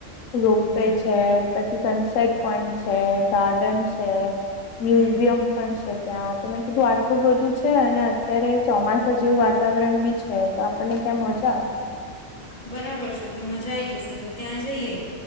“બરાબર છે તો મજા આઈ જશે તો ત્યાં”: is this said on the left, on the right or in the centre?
Left